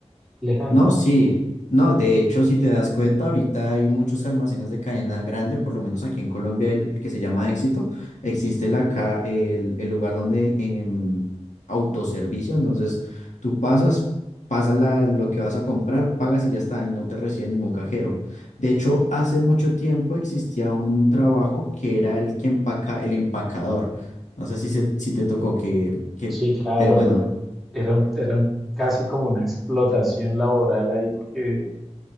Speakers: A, in the centre; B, on the left.
A: lejano.
B: No, sí, no, de hecho, si te das cuenta, ahorita hay muchos almacenes de cadena grande, por lo menos aquí en Colombia, el que se llama Éxito, existe la, ca- el, el lugar donde em, autoservicio, entonces tú pasas, pasas la, lo que vas a comprar, pagas y ya está, y no te recibe ningún cajero. De hecho, hace mucho tiempo existía un trabajo que era el que empaca, el empacador. No sé si, se- si te tocó que, que
A: Sí, claro,
B: te, bueno,
A: pero era, un- era un- casi como una explotación laboral ahí porque